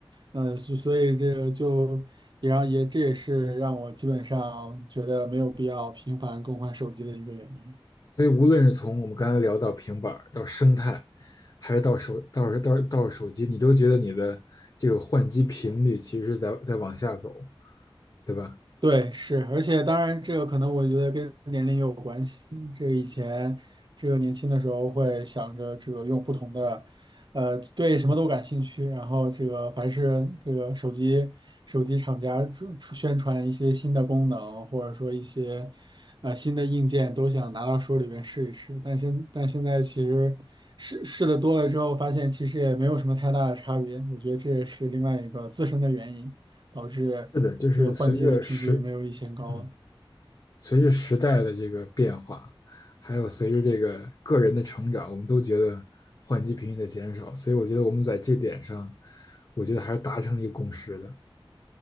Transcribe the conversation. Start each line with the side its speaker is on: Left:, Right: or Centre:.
Right: 呃，所所以这个就也让也这也是让我基本上觉得没有必要频繁更换手机的一个原因。
Left: 所以无论是从我们刚才聊到平板到生态，还是到手到到到手机，你都觉得你的这个换机频率其实是在在往下走，对吧？
Right: 对，是，而且当然，这个可能我觉得跟年龄也有关系。这个以前，这个年轻的时候会想着这个用不同的，呃，对什么都感兴趣，然后这个凡是这个手机手机厂家出出宣传一些新的功能，或者说一些呃新的硬件，都想拿到手里边试一试。但现但现在其实试试的多了之后，发现其实也没有什么太大的差别。我觉得这也是另外一个自身的原因。导致这个换机的频率没有以前高了。
Left: 是的，就是随着时嗯随着时代的这个变化，还有随着这个个人的成长，我们都觉得换机频率的减少。所以我觉得我们在这点上，我觉得还是达成了一个共识的。